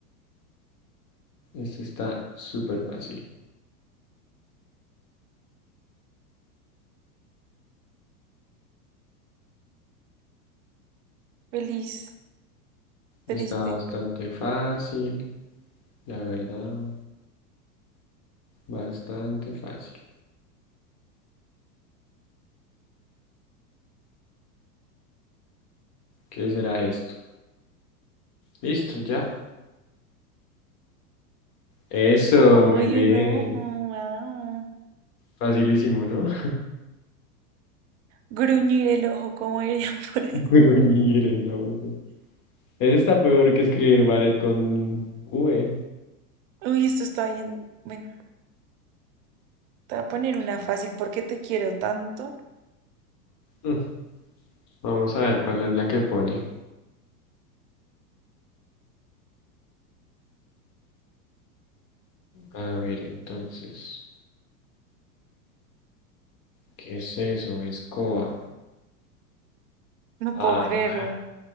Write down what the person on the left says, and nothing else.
Esta está súper fácil.
Está bastante fácil, la verdad. Bastante fácil. ¿Qué será esto? Listo, ya. Eso,
muy bien.
Facilísimo, ¿no?
<laughs> Gruñir el ojo. está peor que escribir ballet con V.
Mm, Vamos a ver cuál es la que pone. A ver, entonces. ¿Qué es eso? Escoba.
Ah,